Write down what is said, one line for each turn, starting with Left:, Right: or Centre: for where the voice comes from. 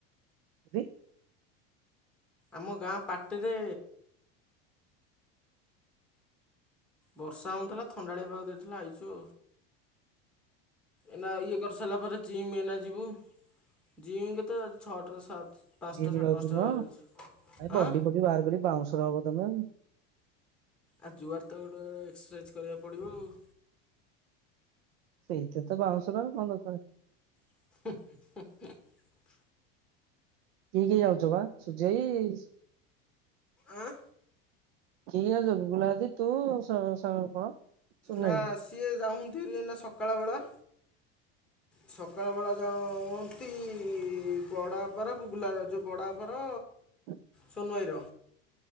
Right: ଦି
Centre: ଆମ ଗାଁ ପାଟେରେ ବର୍ଷା ହଉନଥିଲା ଥଣ୍ଡାଳିଆ ପାଗ ଦେଇଥିଲା ଆଇଛୁ। ଏନା ଇଏ କରିସାରିଲା ପରେ ଜିମି ଏଇନା ଯିବୁ ଜିମି କେତେ ଛଅଟା ରୁ ସାତ ପାଞ୍ଚଟା
Right: ଜିମି
Centre: ସାଢ଼େ
Right: ଯାଉଛ
Centre: ପାଞ୍ଚଟା
Right: ନୁହଁ
Centre: ବାହାରିଛୁ
Right: ଭାଇ ବଡି
Centre: ଆଁ
Right: ଫଡି ବାହାର କରି ବାଉଁଶର ହବ ତମେ ଆଉ।
Centre: ଆ ଜୁଆଡ଼େ ତ ଗୋଟେ ଏକ୍ସରସାଇଜ୍ କରିବାକୁ ପଡ଼ିବ ଆଉ।
Right: ସେଇଥିରେ ତ ବାଉଂଶର ଆଉ କଣ ଦରକାରେ।
Centre: <unintelligible>
Right: କିଏ କିଏ ଯାଉଛ ବା ସୂର୍ଯ୍ୟ ଭାଇ
Centre: ଆଁ
Right: କିଏ ଯାଉଛ ଗୁଗୁଲା ଦାଦି ତୁ ସ ସ କଣ ସୁନେଇ
Centre: ନା ସିଏ ଯାଉଛନ୍ତି ଏବେ ସକାଳ ବେଳା। ସକାଳ ବେଳା ଯାଆନ୍ତି ବଡାପାର ଗୁଗୁଲା ଯୋଉ ବଡାପାର
Right: <unintelligible>
Centre: ସୋନୁ ଭାଇର